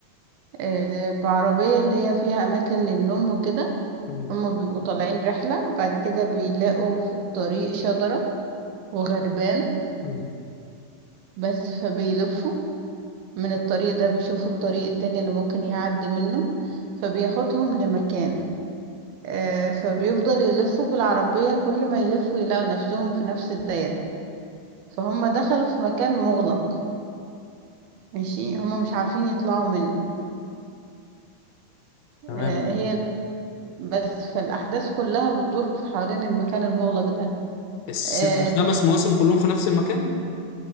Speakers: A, on the right (about 75°); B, on the left (about 75°).
A: آه بعربية اللي هي فيها اماكن للنوم وكده
B: مم.
A: هما بيبقوا طالعين رحلة بعد كده بيلاقوا في الطريق شجرة وغربان
B: مم.
A: بس فبيلفوا من الطريق ده بيشوفوا الطريق التاني اللي ممكن يعدي منه فبياخدهم لمكان آه، فبيفضل يلفوا بالعربية كل ما يلفوا يلاقوا نفسهم في نفس الدايرة فهم دخلوا في مكان مغلق ماشي هم مش عارفين يطلعوا منه
B: تمام
A: آه، هي بس فالأحداث كلها بتدور في حوالين المكان المغلق ده
B: الس-
A: اه
B: الخمس مواسم كلهم في نفس المكان